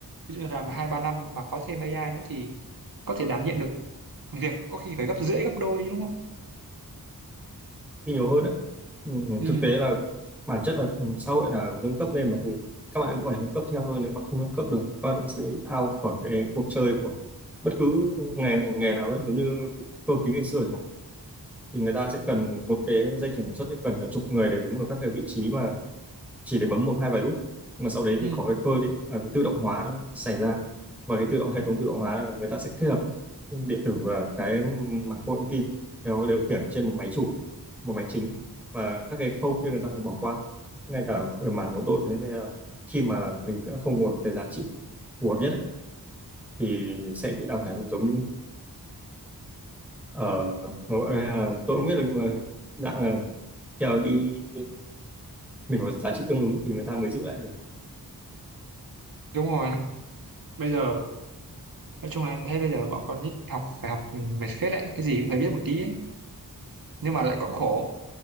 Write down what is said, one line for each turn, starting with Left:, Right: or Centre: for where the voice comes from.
Right: ví dụ làm hai ba năm mà có thêm AI nữa thì có thể đảm nhiệm được việc có khi phải gấp rưỡi gấp đôi chứ đúng không
Centre: đi nhiều hơn đấy ừ,
Right: ừ
Centre: thực tế là bản chất là ừ, xã hội là nâng cấp lên mà thì các bạn cũng phải nâng cấp theo thôi nếu mà không nâng cấp được các bạn sẽ out khỏi cái cuộc chơi của bất cứ nghề nghề nào ấy giống như cơ khí ngày xưa chẳng hạn thì người ta sẽ cần một cái dây chuyền sản xuất thì cần cả chục người để đứng ở các cái vị trí mà chỉ để bấm một hai vài nút mà sau đấy
Right: ừ
Centre: thì có cái cơ điện à, cái tự động hóa xảy ra và cái tự động hệ thống tự động hóa là người ta sẽ kết hợp điện tử và cái mạch công nghệ thông tin đều điều khiển trên một máy chủ một máy chính và các cái khâu kia người ta phải bỏ qua ngay cả về mảng của đội thế nên là khi mà mình đã không nguồn cái giá trị phù hợp nhất ấy, thì sẽ bị đào thải giống như ở tôi không biết được mà dạng là theo đi mình có giá trị tương ứng thì người ta mới giữ lại được
Right: đúng rồi bây giờ nói chung là em thấy bây giờ bọn con nít học phải học ừ, mệt phết đấy cái gì cũng phải biết một tí ấy nhưng mà lại cũng khổ